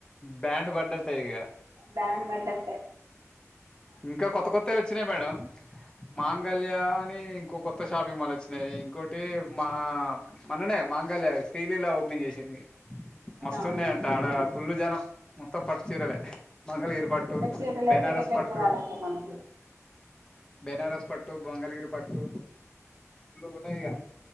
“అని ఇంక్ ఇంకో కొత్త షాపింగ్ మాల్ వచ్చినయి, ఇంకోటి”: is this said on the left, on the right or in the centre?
Left